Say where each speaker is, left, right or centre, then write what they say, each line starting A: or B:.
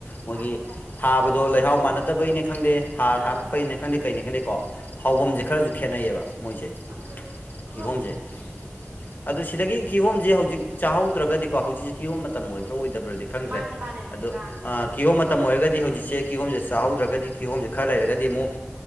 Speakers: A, on the left (about 45°); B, on the right (about 55°).
A: ꯃꯣꯏꯒꯤ
B: ꯂꯥꯡꯒꯅꯣ
A: ꯊꯥꯕꯗꯣ
B: ꯑꯗꯨꯝ
A: ꯂꯩꯍꯥꯎ
B: ꯇꯧ
A: ꯃꯥꯟꯅꯗꯕꯩꯅꯦ ꯈꯪꯗꯦ ꯍꯥꯔ
B: ꯑꯥ
A: ꯍꯥꯞꯄꯩꯅ ꯈꯪꯗꯦ ꯀꯩꯅ ꯈꯪꯗꯦꯀꯣ ꯍꯥꯎꯐꯝꯁꯦ ꯈꯔꯁꯨ ꯈꯦꯠꯅꯩꯌꯦꯕ ꯃꯣꯏꯁꯦ
B: ꯎ
A: ꯀꯤꯍꯣꯝꯁꯦ ꯑꯗꯣ ꯁꯤꯗꯒꯤ ꯀꯤꯍꯣꯝꯁꯦ ꯍꯧꯖꯤꯛ ꯆꯥꯍꯧꯗ꯭ꯔꯒꯗꯤꯀꯣ ꯍꯧꯖꯤꯛꯁꯦ ꯀꯤꯍꯣꯝ ꯃꯇꯝ ꯑꯣꯏꯕ꯭ꯔꯥ ꯑꯣꯏꯗꯕ꯭ꯔꯗꯤ ꯈꯪꯗ꯭ꯔꯦ
B: ꯃꯥꯅꯦ ꯃꯥꯅꯦ
A: ꯑꯗꯣ
B: ꯀꯥꯡꯁꯦ
A: ꯀꯤꯍꯣꯝ
B: ꯃꯇꯝꯅꯤ
A: ꯃꯇꯝ ꯑꯣꯏꯔꯒꯗꯤ ꯍꯧꯖꯤꯛꯁꯦ ꯀꯤꯍꯣꯝꯁꯦ ꯆꯥꯍꯧꯗ꯭ꯔꯒꯗꯤ ꯀꯤꯍꯣꯝꯁꯦ ꯈꯔ ꯂꯩꯔꯒꯗꯤ ꯑꯃꯨꯛ